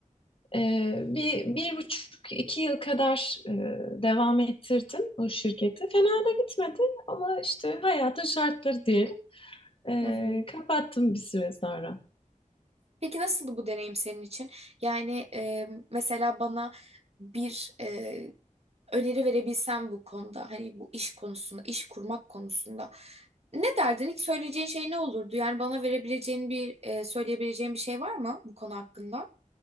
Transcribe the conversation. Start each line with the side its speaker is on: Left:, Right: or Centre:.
Left: Ee, bir, bir buçuk iki yıl kadar e, devam ettirdim o şirketi fena da gitmedi ama işte hayatın şartları diyelim Ee,
Right: Hı hı.
Left: kapattım bir süre sonra.
Right: Peki nasıldı bu deneyim senin için? Yani e, mesela bana bir e, öneri verebilsen bu konuda, hani bu iş konusunda, iş kurmak konusunda ne derdin? İlk söyleyeceğin şey ne olurdu? Yani bana verebileceğin bir, e, söyleyebileceğin bir şey var mı bu konu hakkında?